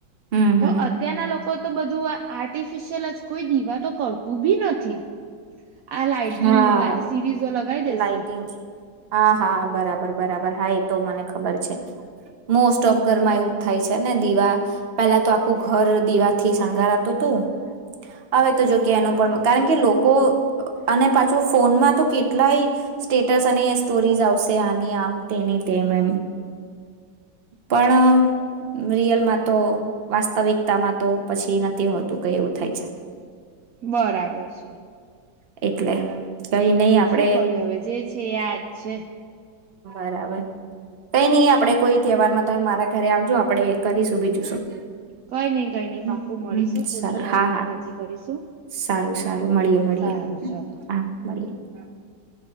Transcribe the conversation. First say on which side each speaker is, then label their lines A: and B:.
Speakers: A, on the right (about 40°); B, on the right (about 70°).
A: હમ
B: તો અત્યારના લોકો તો બધું આર્ટિફિશિયલ જ કોઈ દીવા તો કરતું બી નથી. આ લાાઈટિંગ
A: હા
B: સિરીઝો લગાવી દેશે
A: લઇટીંગ હા હા બરાબર બરાબર હાઈ તો મને ખબર છે મોસ્ટ ઓફ ઘરમાં એવું થાય છે ને દીવા પેલા તો આખું ઘર દીવાથી શણગારાતું હતું હવે તો જો કે એનો પણ કારણ કે લોકો. અને પાછો ફોનમાં તો કેટલાય સ્ટેટસ અને સ્ટોરીઝ આવશે આની આમ તેની તે એમ પણ રિયલમાં તો વાસ્તવિકતામાં તો પછી નથી હોતું કઈ એવું થાય છે.
B: બરાબર છે.
A: એટલે કઈ નહી આપડે
B: શું કર્યું હવે જે છે યાજ છે.
A: બરાબર કઈ નહી આપડે કોઈ તહેવારમાં તમે મારા ઘરે આવજો આપડે કરીશું બીજું શું
B: કઈ નઈિ કઈ નઈ
A: હમ
B: પાકું મળીશું
A: હમ
B: જૂની
A: સારું
B: યાદોને
A: હા હા
B: તાજી કરીશું
A: સારું સારું મળીએ મળીએ
B: સારું ચાલ.
A: હા <inaudible>